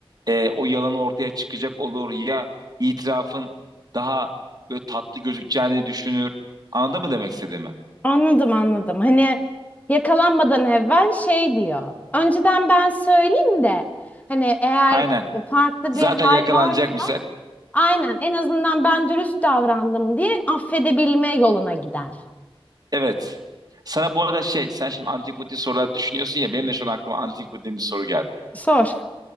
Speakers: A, on the right (about 40°); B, on the left (about 15°).
A: e, o yalanı ortaya çıkacak olur ya itirafın daha böyle tatlı gözükeceğini düşünür. Anladın mı demek istediğimi?
B: Anladım anladım. Hani yakalanmadan evvel şey diyor. Önceden ben söyleyeyim de hani eğer
A: Aynen.
B: farklı
A: Zaten
B: bir hal
A: yakalanacak
B: varsa
A: misal.
B: aynen en azından ben dürüst davrandım diye affedebilme yoluna gider.
A: Evet. Sana bu arada şey sen şimdi antipatik sorular düşünüyorsun ya benim de şu an aklıma antipatik bir soru geldi.
B: Sor.